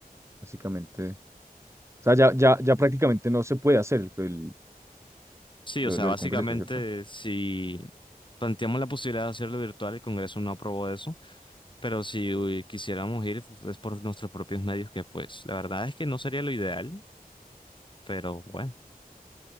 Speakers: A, on the right (about 15°); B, on the left (about 30°).
A: básicamente. O sea, ya, ya, ya prácticamente no se puede hacer el, el-
B: Sí,
A: lo,
B: o sea,
A: lo
B: básicamente
A: del Congreso, ¿cierto?
B: si planteamos la posibilidad de hacerlo virtual, el Congreso no aprobó eso, pero si uy, quisiéramos ir pues, es por nuestros propios medios, que pues la verdad es que no sería lo ideal, pero bueno,